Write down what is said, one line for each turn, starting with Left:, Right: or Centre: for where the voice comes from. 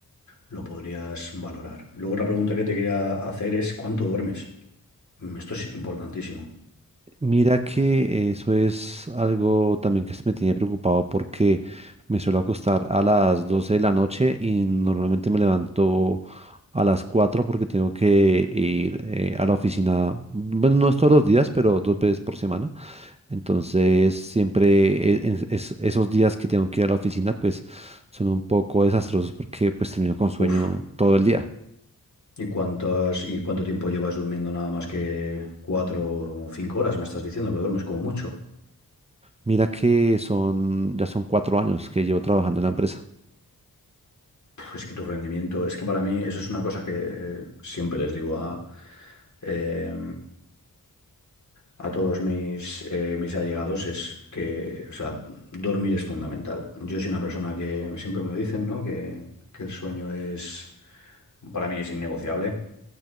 Left: lo podrías valorar. Luego otra pregunta que te quería hacer es ¿cuánto duermes? Mm, Esto es importantísimo.
Right: Mira que eso es algo también que me tiene preocupado porque me suelo acostar a las 12 de la noche y normalmente me levanto a las 4 porque tengo que ir eh, a la oficina, bueno, no es todos los días, pero dos veces por semana. Entonces, siempre e- en- es- esos días que tengo que ir a la oficina, pues son un poco desastrosos porque pues termino con sueño
Left: Uf.
Right: todo el día.
Left: ¿Y cuántas, y cuánto tiempo llevas durmiendo nada más que cuatro o cinco horas? Me estás diciendo que duermes como mucho.
Right: Mira que son, ya son cuatro años que llevo trabajando en la empresa.
Left: Puf, es que tu rendimiento, es que para mí eso es una cosa que siempre les digo a, eh, a todos mis, eh, mis allegados, es que, o sea, dormir es fundamental. Yo soy una persona que siempre me lo dicen, ¿no? Que, que el sueño es, para mí es innegociable.